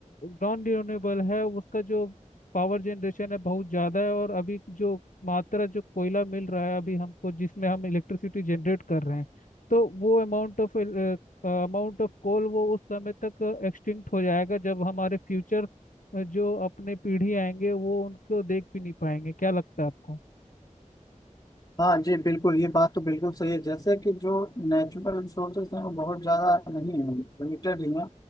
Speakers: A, on the left; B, on the left.
A: नॉन रिन्यूएबल है उसका जो पावर जनरेशन है बहुत ज़्यादा है और अभी जो मात्रा जो कोयला मिल रहा है अभी हमको जिसमें हम इलेक्ट्रिसिटी जनरेट कर रहे हैं तो वो amount of amount of coal वो उस समय तक एक्सटिंक्ट हो जाएगा जब हमारे फ्यूचर जो अपने पीढ़ी आएंगे वो उनको देख भी नहीं पाएंगे क्या लगता है आपको
B: हाँ जी बिल्कुल ये बात तो बिल्कुल सही है जैसे कि जो नेचुरल रिसोर्सेज हैं वो बहुत ज़्यादा नहीं है लिमिटेड ही हैं